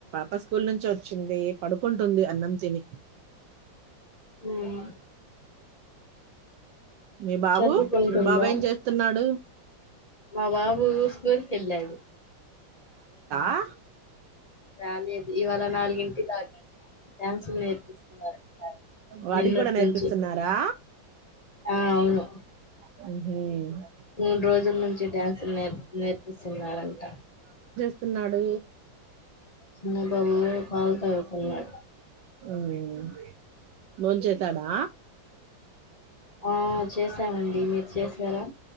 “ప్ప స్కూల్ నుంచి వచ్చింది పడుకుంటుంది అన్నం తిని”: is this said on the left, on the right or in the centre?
Right